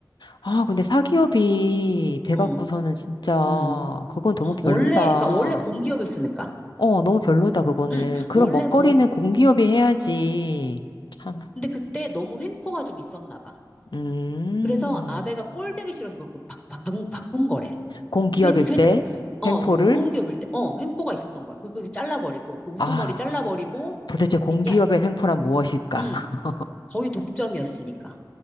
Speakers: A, on the left; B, on the left.
A: 아, 근데 사기업이 돼갖고서는
B: 어,
A: 진짜
B: 음.
A: 그건 너무 별로다.
B: 원래 그러니까 원래 공기업이었으니까.
A: 어, 너무 별로다, 그거는.
B: 음,
A: 그런
B: 원래
A: 먹거리는
B: 공
A: 공기업이 해야지. 참.
B: 근데 그때 너무 횡포가 좀 있었나 봐.
A: 음.
B: 그래서 아베가 꼴보기 싫어서 그걸 바, 바, 바, 바꾼 거래.
A: 공기업일
B: 그, 그,
A: 때
B: 어,
A: 횡포를?
B: 공기업일 때, 어, 횡포가 있었던 거야. 그거 잘라버리고, 그 우두머리
A: 아,
B: 잘라버리고,
A: 도대체 공기업의
B: 미- 야,
A: 횡포란 무엇일까?
B: 음,
A: <laughs>
B: 거의 독점이었으니까.